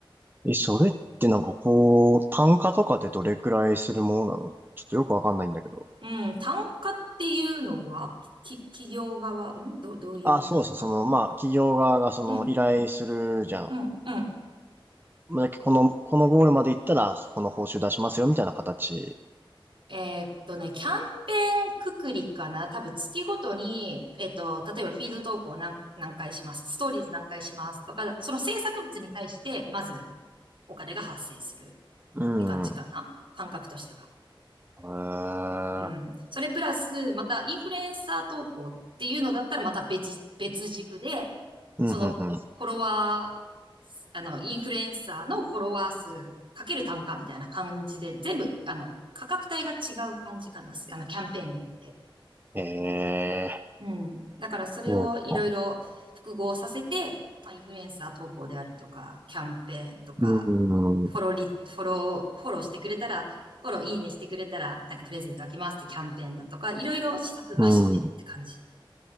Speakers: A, on the right; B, on the right.
A: え、それってなんかこう、単価とかってどれくらいするものなのちょっとよくわかんないんだけど。
B: うん、単価っていうのは、き、企業側、うん、ど、どういう単価
A: あ、そうですね。その、まあ、企業側がその依頼するじゃん。
B: うん、うん、うん。
A: まあ、この、このゴールまで行ったら、そこの報酬出しますよ、みたいな形。
B: えーっとね、キャンペーンくくりかな多分月ごとに、えっと、例えばフィード投稿何、何回します、ストーリーズ何回しますとか、その制作物に対して、まずお金が発生する
A: う
B: って感じかな感覚としては。
A: ん。へー
B: うん。それプラス、またインフルエンサー投稿っていうのだったら、また別、別軸で、
A: うん、
B: そのフォロワー、
A: うん、うん。
B: あの、インフルエンサーのフォロワー数かける単価みたいな感じで、全部、あの、価格帯が違う感じかなあの、キャンペーンによって。
A: ええ
B: うん。だからそれをいろいろ複合させて、
A: そうか
B: まあ、インフルエンサー投稿であるとか、キャンペーンとか、
A: うん、
B: フォフォローリ、フォロー、フォローしてくれたら、フォローいいねしてくれたら、なんかプレゼントあげますってキャンペーンだとか、いろいろ施策が走ってるって感じ。
A: うん。